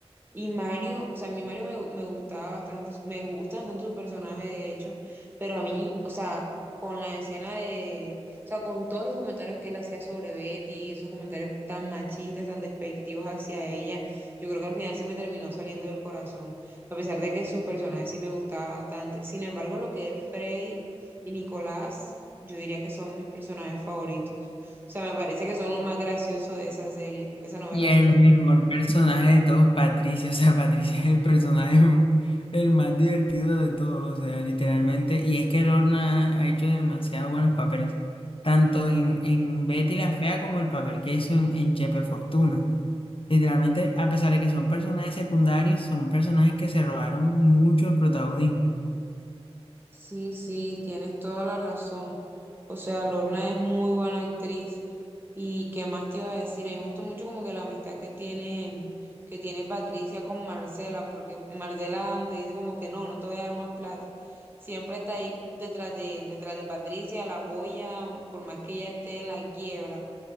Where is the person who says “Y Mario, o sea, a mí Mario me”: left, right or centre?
Right